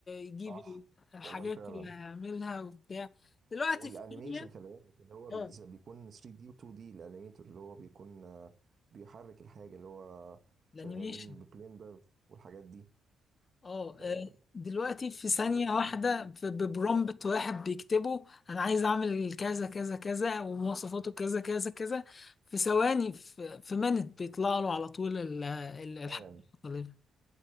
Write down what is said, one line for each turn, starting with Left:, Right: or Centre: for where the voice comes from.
Left: يجيب
Right: صح
Left: ال- الحاجات
Right: والله فعلا
Left: اللي هيعملها وبتاع دلوقتي
Right: والانيميشن
Left: في ثانية
Right: خلي بالك اللي هو بيز-
Left: اه
Right: بيكون 3 دي و 2 دي الانيميتور اللي هو بيكون آه، بيحرك الحاجة اللي هو
Left: الانيميشن
Right: شغالين ببلندر والحاجات دي
Left: اه
Right: آه،
Left: آه، دلوقتي
Right: دل-
Left: في ثانية
Right: دلوقتي
Left: واحدة ب- ببرومبت
Right: فعلا
Left: واحد بيكتبه أنا عايز أعمل كذا كذا كذا ومواصفاته كذا كذا كذا في ثواني في في منت بيطلع له على طول ال- ال- الحاجة
Right: فعلا
Left: اللي طالبها.